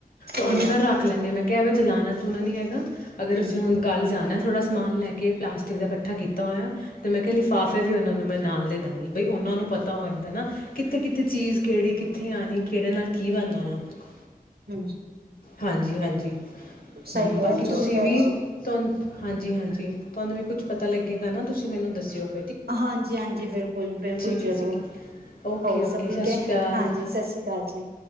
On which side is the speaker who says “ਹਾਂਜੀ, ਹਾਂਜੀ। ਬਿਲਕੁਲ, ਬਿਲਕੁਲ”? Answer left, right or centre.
Right